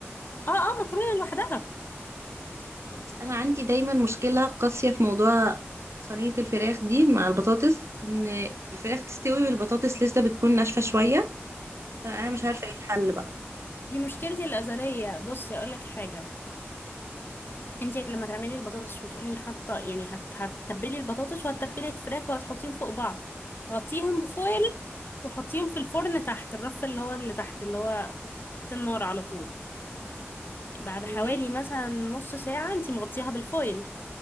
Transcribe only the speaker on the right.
بس أنا عندي دايما مشكلة قاسية في موضوع صينية الفراخ دي مع البطاطس إن الفراخ تستوي والبطاطس لسه بتكون ناشفة شوية فأنا مش عارفة ايه الحل بقى
ايه؟